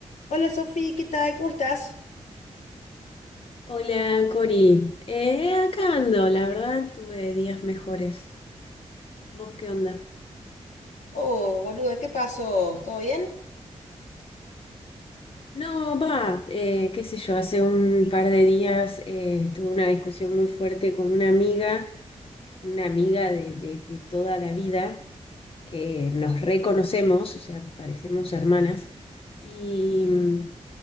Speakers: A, on the left; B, on the left.
A: Hola Sofi, ¿qué tal? ¿Cómo estás?
B: Hola, Cori. Eh, acá ando, la verdad tuve días mejores. ¿Vos qué onda?
A: Oh, boluda, ¿qué pasó? ¿Todo bien?
B: No, va, eh, qué sé yo, hace un par de días eh, tuve una discusión muy fuerte con una amiga, una amiga de, de, de toda la vida, que nos reconocemos, o sea, parecemos hermanas. Y mm,